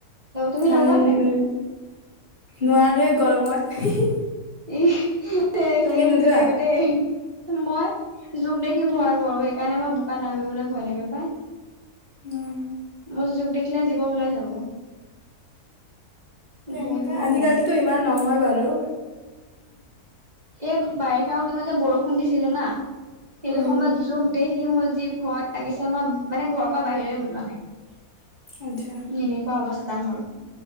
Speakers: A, on the right; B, on the left.
A: তুমি
B: ধান
A: লগোৱা নাই
B: উম' নোৱাৰোৱে গৰমত।
A: ই ছেম
B: তুমি
A: ছেমটোয়ু
B: নোযোৱা
A: দে। মই জোক দেখি ভয় কৰো, সেইকাৰণে মই বোকাত নামিবলৈ ভয় লাগে পাই।
B: উম',।
A: আৰু জোক দেখিলে জীব ওলাই যাব।
B: তেনেকে
A: বহুত ভয়
B: আজিকালিতো
A: কৰো
B: ইমান নহয় বাৰু।
A: এই বাৰিষাওত কেইদিনমান যে বৰষুণ দিছিলে না। সেইটো
B: উম
A: সময়ত জোক দেখি মোৰ যি ভয় লাগিছে মই মানে ঘৰৰ পৰা বাহিৰে ওলোৱা নাই।
B: আচ্ছা
A: এনেকুৱা অৱস্থা মোৰ,